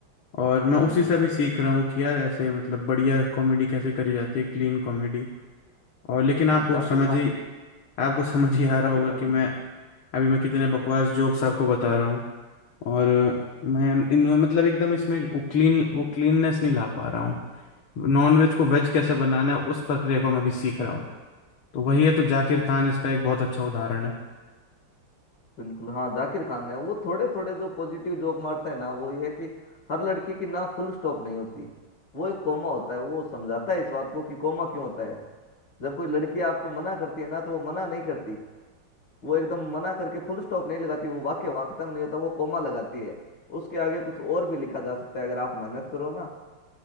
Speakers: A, on the left (about 80°); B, on the left (about 60°).
A: और मैं
B: बिल्कुल
A: उसी से भी सीख रहा हूँ कि यार ऐसे मतलब बढ़िया कॉमेडी कैसे करी जाती है क्लीन कॉमेडी और लेकिन आपको
B: हाँ जाकिर
A: समझ
B: खान
A: ही
B: की
A: आपको <laughs> समझ ही आ
B: जाकिर
A: रहा होगा
B: खान
A: कि मैं
B: की
A: अभी मैं कितने बकवास जोक्स आपको बता रहा हूँ और मैं इन मतलब एकदम इसमें वो क्लीन वो क्लीननेस नहीं ला पा रहा हूँ नॉन वेज को वेज कैसे बनाना है उस प्रक्रिया को मैं भी सीख रहा हूँ तो वही है तो जाकिर खान इसका एक बहुत अच्छा उदाहरण है
B: बिल्कुल हाँ जाकिर खान है वो थोड़े थोड़े जो पॉजिटिव जोक मारता है ना वो ये है कि हर लड़की की ना फुल स्टॉप नहीं होती वो एक कोमा होता है वो समझाता है इस बात को कि कोमा क्यों होता है जब कोई लड़की आपको मना करती है ना तो वो मना नहीं करती वो एकदम मना करके फुल स्टॉप नहीं लगाती वो वाक्य वहां खत्म नहीं होता वो कोमा लगाती है उसके आगे कुछ और भी लिखा जा सकता है अगर आप मेहनत करो ना